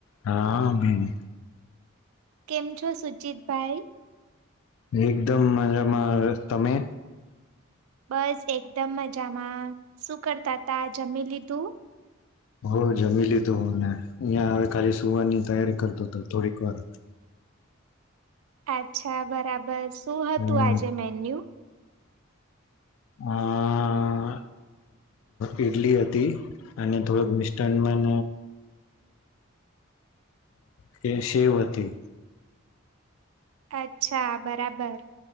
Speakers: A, on the left (about 70°); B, on the right (about 80°).
A: હા ભી
B: કેમ છો સુચિતભાઈ?
A: એકદમ મજામાં, તમે?
B: બસ એકદમ મજામાં શું કરતા તા જમી લીધું?
A: હો જમી લીધું હો ને અહં હ ખાલી સુવારની તૈયારી કરતો હતો થોડીક વાર.
B: અચ્છા બરાબર. શું હતું
A: હમ
B: આજે મેન્યુ?
A: આ ઈડલી હતી અને થોડક મિસ્ટાનમાં કે સેવ હતી.
B: અચ્છા. બરાબર.